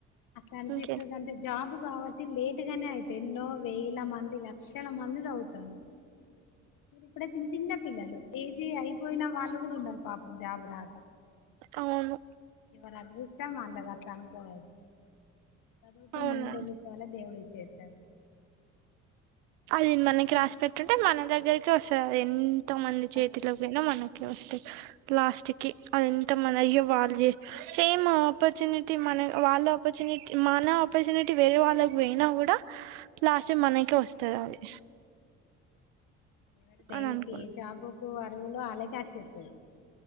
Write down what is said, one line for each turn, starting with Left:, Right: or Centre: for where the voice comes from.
Left: అట్లా అనిపిస్తుంది
Right: ఇంకెంత
Left: అంటే జాబు కావట్ టి లేటు గానే అయితే ఎన్నో వేల మంది లక్షల మంది చదువుతరు మీరు ఇప్పుడే చిన్న చిన్న పిల్లలు పీజీ అయిపోయినా వాళ్ళు కూడా ఉన్నారు పాపం జాబ్ రాక
Right: అవును
Left: ఎవరు అదృష్టం వాళ్ళది అట్లా అనుకోవదు చదువు లో
Right: అవునండి
Left: ముండళ్లిపోాల దేవుడియి చేస్తాడు
Right: అది మనకి రాసి పెట్టుంటే మన దగ్గరికి వస్తుంది ఎంత
Left: తప్పకుండా
Right: మంది చేతిలోకైనా
Left: వస్తాది
Right: మనకకే వస్తాయి లాస్ట్ టికి అది ఎంత మన అయ్యో వాళ్ళు చే సేమ్ ఆపర్చునిటీ మన వాళ్ళ ఆపర్చునిటీ మాన ఆపర్చునిటీ వేరే వాళ్ళకి పోయినా కూడా లాస్
Left: దేవుడు
Right: మనకే వస్తాది అది
Left: ఎవరి దేనికి
Right: అని అనుకున్నా
Left: ఏ జాబుకు అరువులో అలకిచ్చేస్తంది